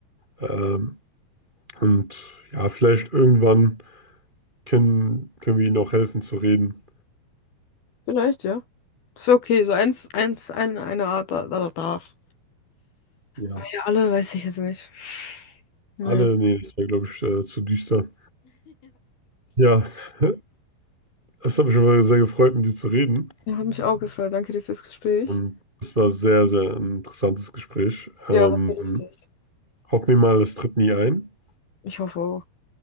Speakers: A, on the right (about 15°); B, on the left (about 80°).
A: Ähm, und ja, vielleicht irgendwann können, können wir ihnen auch helfen zu reden.
B: vielleicht, ja. Das wäre okay. So eins, eins, eine eine Art da, da, da darf.
A: Ja.
B: Ja, alle weiß ich jetzt nicht. Naja,
A: Alle, nee, das wäre, glaube ich, äh, zu düster. Ja, <laughs> es hat mich aber sehr gefreut, mit dir zu reden.
B: ja, hat mich auch gefreut. Danke dir fürs Gespräch.
A: Und es war sehr, sehr ein interessantes Gespräch. Ähm,
B: Ja, war sehr lustig.
A: hoffen wir mal, es tritt nie ein.
B: Ich hoffe auch.